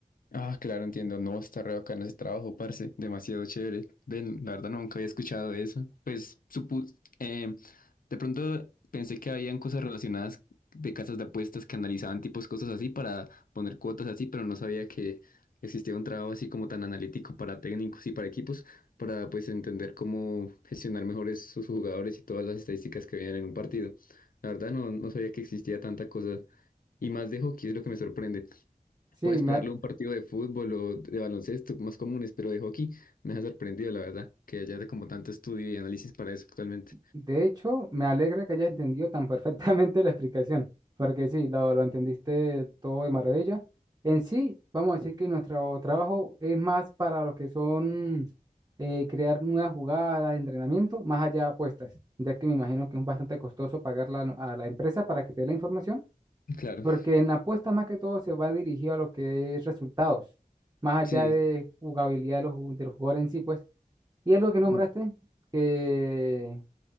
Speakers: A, on the left (about 70°); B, on the right (about 25°).
A: Ah, claro, entiendo. No, está re bacano ese trabajo, parce. Demasiado chévere. Ven, la verdad nunca había escuchado de eso. Pues supus, eh, de pronto pensé que habían cosas relacionadas de casas de apuestas que analizaban tipos cosas así para poner cuotas así, pero no sabía que existía un trabajo así como tan analítico para técnicos y para equipos, para pues entender cómo gestionar mejor es- sus jugadores y todas las estadísticas que veían en un partido. La verdad no, no sabía que existía tanta cosa. Y más de hockey es lo que me sorprende.
B: Sí,
A: Puedes
B: me,
A: esperarle un partido de fútbol o de baloncesto, más comunes, pero de hockey me ha sorprendido, la verdad, que haya de como tanto estudio y análisis para eso actualmente.
B: De hecho, me alegra que hayas entendido tan perfectamente <laughs> la explicación, porque sí, lo, lo entendiste todo de maravilla. En sí, vamos a decir que nuestro trabajo es más para los que son eh, crear nuevas jugadas, entrenamiento, más allá de apuestas, ya que me imagino que es bastante costoso pagarla a la a la empresa para que te dé la información,
A: Claro,
B: porque en la apuesta más que todo se va dirigido a lo que es resultados, más
A: sí,
B: allá de jugabilidad de los, ju- de los jugadores en sí, pues. Y algo que nombraste,
A: mm,
B: que